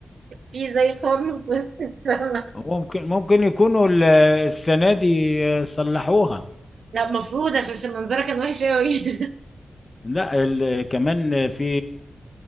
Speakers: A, on the right (about 80°); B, on the left (about 30°).
A: في زي خرم في وسط السما
B: ممكن ممكن يكونوا ال- السنة دي صلحوها
A: لا المفروض عشان عشان منظرها كان وحش قوي <laughs>
B: لا ال- كمان في